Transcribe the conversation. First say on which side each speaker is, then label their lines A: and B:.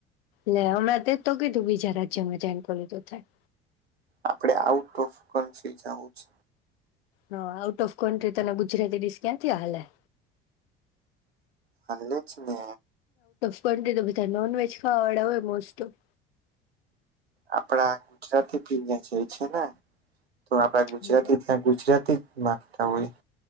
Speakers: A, on the left; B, on the right.
A: લે હમણાં તેજ તો કીધું બીજા રાજ્યમાં જઈને ખોલું તો થાય.
B: આપડે આઉટ ઓફ કન્ટ્રી જાવું છે.
A: હ.. આઉટ ઓફ કન્ટ્રી તને ગુજરાતી ડીશ ક્યાંથી હાલે.
B: હાલે જ ને.
A: <unintelligible> બધા નોનવેજ ખાવાવાળા હોય મોસ્ટ ઓફ.
B: આપડા ગુજરાતી ભીને જાય છે ને. તો આપડા
A: ઓફ
B: ગુજરાતી ત્યાં ગુજરાતી. માગતા હોય.